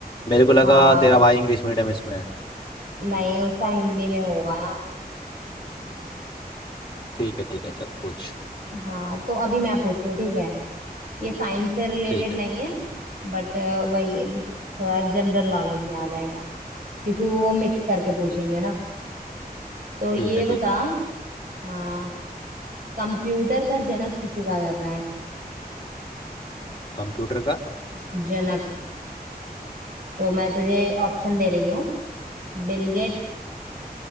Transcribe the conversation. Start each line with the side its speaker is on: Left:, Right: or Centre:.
Left: मेरे को लगा
Right: हाँ
Left: तेरा भाई इंग्लिश मीडियम इसमें है
Right: नहीं उसका हिंदी में होगा ना
Left: ठीक है ठीक है चल पूछ
Right: हाँ तो अभी मैं पूछती हूँ ठीक है ये साइंस से रिलेटेड
Left: ठीक है
Right: नहीं है बट वही थोड़ा जनरल नॉलेज में आ जाएगा क्योंकि वो मिक्स करके पूछेंगे
Left: ठीक
Right: ना तो ये
Left: ठीक है
Right: बता
Left: ठीक है
Right: हाँ कंप्यूटर का जनक किसे कहा जाता है
Left: कंप्यूटर का
Right: जनक तो मैं तुझे ऑप्शन दे रही हूँ Bill Gates